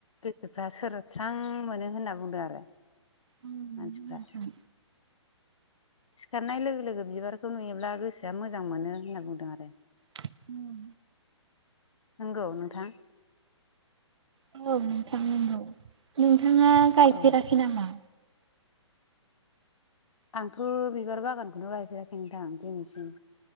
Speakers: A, on the left; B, on the right.
A: गोसोफ्रा सोरस्रां मोनो होना बुंदों आरो
B: नोंथां
A: मानसिफ्रा। सिखारनाय लोगो लोगो बिबारखौ नुयोब्ला गोसोआ मोजां मोनो होनना बुंदों आरो।
B: ह।
A: नंगौ नोंथां?
B: औ नोंथां नंगौ नोंथाङा गायफेराखै
A: औ
B: नामा?
A: आंथ' बिबार बागानखौनो गायफेराखै नोंथां दिनैसिम